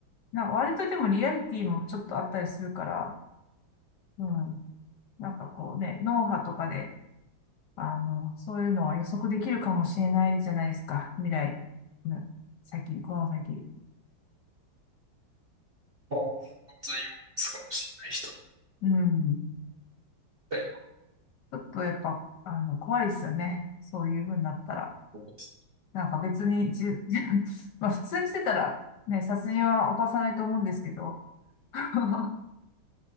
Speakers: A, on the left (about 65°); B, on the right (about 35°).
A: なんか割とでもリアリティもちょっとあったりするから、うん。なんかこうね、脳波とかで、あの、そういうのは予測できるかもしれないじゃないですか。未来。うん。先、この先。
B: あ、犯罪を少しれない人み
A: うん。
B: たいな
A: ちょっとやっぱ、あの、怖いですよね。そういう風になったら。
B: ことです。
A: なんか別に、じ、<laughs> まあ普通にしてたら、ね、殺人は犯さないと思うんですけど、<laughs>